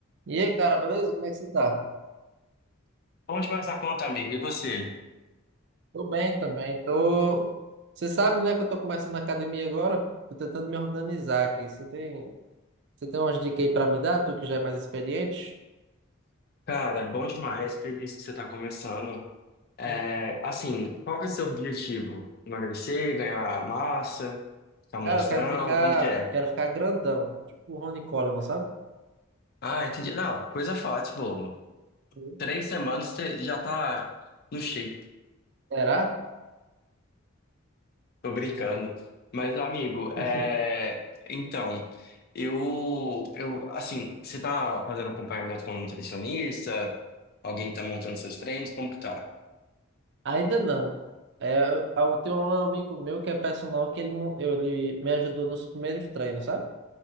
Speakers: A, on the right; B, on the left.
A: E aí, cara, beleza? Como é que você tá?
B: Bom demais a conta, amigo. E você?
A: Tô bem também. Tô... Você sabe, né, que eu tô começando a academia agora? Tô tentando me organizar aqui. Você tem, você tem umas dicas aí pra me dar? Tu que já é mais experiente?
B: Cara, bom demais. Feliz que você tá começando. É,
A: Uhum.
B: assim, qual que é o seu objetivo? Emagrecer, ganhar massa, ficar monstrão?
A: Cara, eu quero ficar,
B: Como que é?
A: quero ficar grandão, tipo o Ronnie Coleman, sabe?
B: Ah, entendi. Não, coisa fácil, bobo.
A: Uhum.
B: Três semanas você já tá no shape.
A: Será?
B: Tô brincando. Mas, amigo,
A: <laughs>
B: é... então, eu, eu, assim, você tá fazendo acompanhamento com um nutricionista? Alguém que tá montando seus treinos? Como que tá?
A: Ainda não. É, eu, eu tenho um amigo meu que é personal que ele, mo- ele me ajudou nos primeiros treinos, sabe?